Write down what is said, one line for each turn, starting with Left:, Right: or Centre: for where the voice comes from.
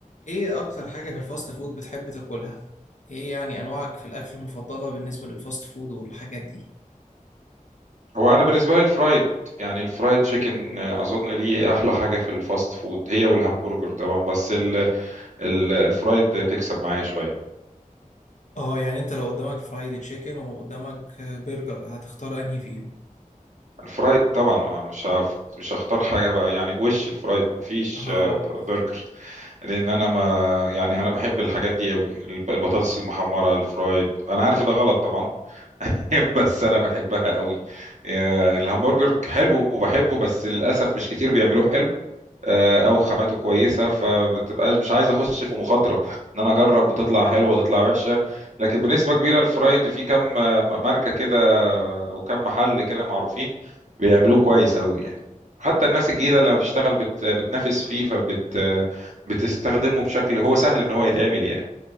Left: ايه اكتر حاجة في الفاست فود بتحب تاكلها؟ ايه يعني انواعك في الاكل المفضلة بالنسبة للفاست فود والحاجات دي؟
Right: هو انا بالنسبه لي الفرايد يعني الفرايد تشيكن آه، اظن دي احلى حاجه في الفاست فود هي والهمبرجر طبعا بس ال ال الفرايد بتكسب معايا شويه
Left: اه يعني انت لو قدامك فرايد تشيكن وقدامك آه، برجر هتختار انهي فيهم؟
Right: الفرايد طبعا آه، مش هف- مش هختار حاجه بقى يعني وش الفرايد مفيش
Left: اه
Right: آه، ب- برجر لان انا ما يعني انا بحب الحاجات دي قوي البطاطس المحمره الفرايد انا عارف إن ده غلط طبعا <laughs> بس انا بحبها قوي آه، الهمبرجر حلو وبحبه بس للاسف مش كتير بيعملوه حلو آه، او خاماته كويسه فبتبقاش مش عايز اخش في مخاطره ان انا اجرب وتطلع حلوه وتطلع وحشه لكن بنسبه كبيره الفرايد في كم آه، ماركه كده او كم محل كده معروفين بيعملوه كويس قوي يعني حتى الناس الجديده لما بتشتغل بت... بتنافس فيه فبت بتستخدمه بشكل هو سهل ان هو يتعمل يعني